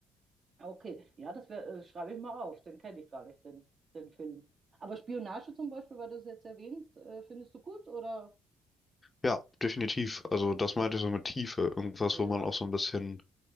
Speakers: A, on the right (about 45°); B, on the left (about 25°).
A: Ah, Okay, ja, das wär, äh, schreibe ich mal auf, den kenne ich gar nicht, den, den Film. Aber Spionage zum Beispiel, weil du es jetzt erwähnst, äh, findest du gut oder?
B: Ja, definitiv. Also das
A: Ja,
B: meinte ich so mit Tiefe. Irgendwas,
A: ja, ja.
B: wo man auch so ein bisschen